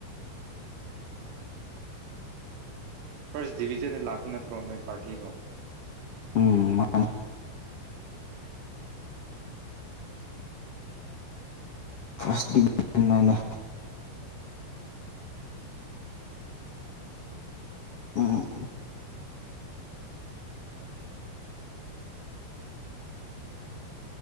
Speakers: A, on the right (about 75°); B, on the left (about 65°).
A: ꯐꯥꯔꯁ ꯗꯤꯕꯤꯖꯟꯗ ꯂꯥꯛꯄ ꯅꯠꯇ꯭ꯔꯣ ꯅꯣꯏ ꯄꯥꯔꯇꯤꯗꯣ?
B: ꯎꯝ ꯃꯥꯅꯦ꯫ ꯐꯥꯔꯁ ꯗꯤꯕꯤꯖꯟꯗꯅꯦ꯫ ꯎꯝ ꯎꯝ꯫